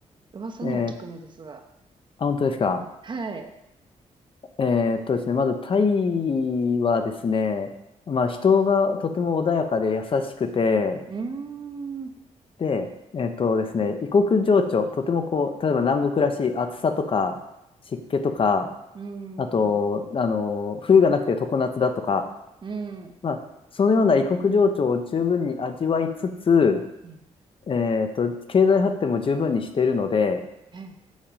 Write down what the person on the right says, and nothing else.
噂には聞くのですが。
はい。
うーん、う
ーん、
う
ーん、
うん、
はい。